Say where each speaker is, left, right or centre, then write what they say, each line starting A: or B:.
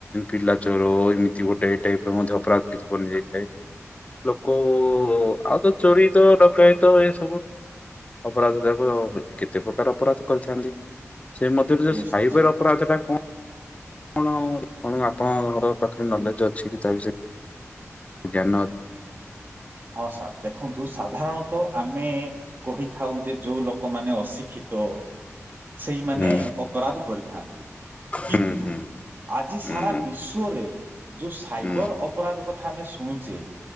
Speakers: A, on the left; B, on the right.
A: ପିଲାଚୋର ଏମିତି ଗୋଟେ ଏଇ ଟାଇପ୍ ର ମଧ୍ୟ ଅପରାଧ କିଛି ବନିଯାଇଥାଏ। ଲୋକ ଆଉ ତ ଚୋରି ତ ଡକାୟତ ଏ ସବୁ ଅପରାଧ ଯାକ କେତେ ପ୍ରକାର ଅପରାଧ କରିଥାନ୍ତି। ସେ ମଧ୍ୟରେ ଯୋଉ
B: ନିଶ୍ଚୟ
A: ସାଇବର ଅପରାଧ ଟା କଣ? କଣ କଣ ଆପଣଙ୍କ ପାଖରେ ନଲେଜ୍‌ ଅ ଠିକ ଚାଲିଛି- ଜ୍ଞାନ ତ
B: ହଁ ସାର୍ ଦେଖନ୍ତୁ ସାଧାରଣ ତ ଆମେ କହି ଥାଉ ଯେ ଯଉଁ ଲୋକମାନେ ଅଶିକ୍ଷିତ ସେଇମାନେ
A: ହୁଁ
B: ଅପରାଧ କରିଥାନ୍ତି
A: ହୁଁ
B: କିନ୍ତୁ
A: ହୁଁ
B: ଆଜି
A: ହୁଁ
B: ସାରା ବିଶ୍ଵରେ ଯୋଉ ସାଇବର
A: ହୁଁ
B: ଅପରାଧ କ ଥା ଆମେ ଶୁଣୁଛେ।